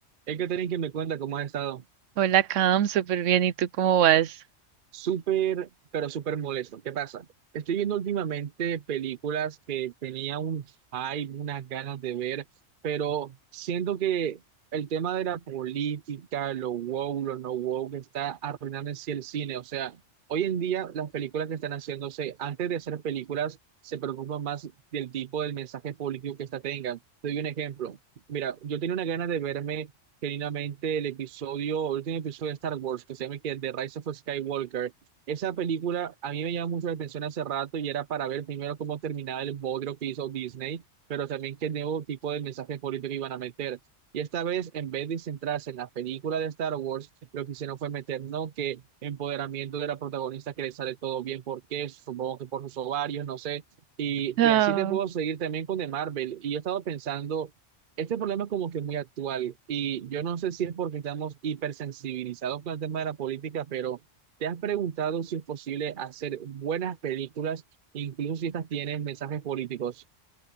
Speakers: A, on the right; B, on the right.
A: Es que tenéis que me cuenta cómo has estado.
B: Hola, Cam, súper bien. ¿Y tú cómo vas?
A: Súper, pero súper molesto. ¿Qué pasa? Estoy viendo últimamente películas que tenía un hype, unas ganas de ver, pero siento que el tema de la política, lo woke, lo no woke, está arruinando en sí el cine. O sea, hoy en día las películas que están haciéndose, antes de hacer películas, se preocupan más del tipo del mensaje político que esta tengan. Te doy un ejemplo. Mira, yo tenía una gana de verme. genuinamente el episodio, el último episodio de Star Wars, que se llama que The Rise of Skywalker. Esa película a mí me llamó mucho la atención hace rato y era para ver primero cómo terminaba el bodrio que hizo Disney, pero también qué nuevo tipo de mensaje político iban a meter. Y esta vez, en vez de centrarse en la película de Star Wars, lo que hicieron fue meter, no que empoderamiento de la protagonista que le sale todo bien, porque supongo que por sus ovarios, no sé. Y
B: Ah,
A: de así te puedo seguir también con de Marvel. Y yo he estado pensando este problema es como que muy actual y yo no sé si es porque estamos hipersensibilizados con el tema de la política, pero ¿te has preguntado si es posible hacer buenas películas, incluso si estas tienen mensajes políticos?